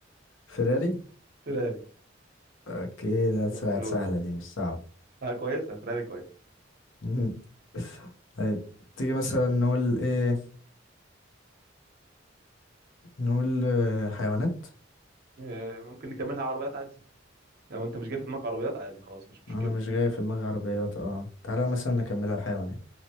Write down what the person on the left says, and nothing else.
فيراري
اوكي ده
ساعة سهلة دي مش صعبة
مهم. طيب تيجي مثلا نقول ايه نقول آه، حيوانات
انا مش جاي في دماغي عربيات اه تعالى مثلا نكملها حيوانات